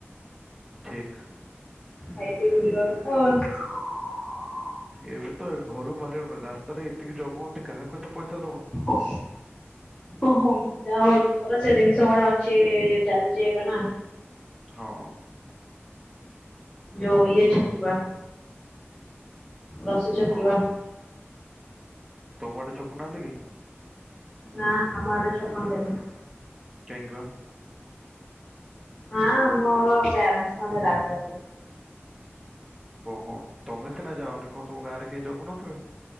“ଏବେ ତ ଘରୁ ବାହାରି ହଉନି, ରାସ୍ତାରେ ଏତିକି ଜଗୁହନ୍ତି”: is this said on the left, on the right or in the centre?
Centre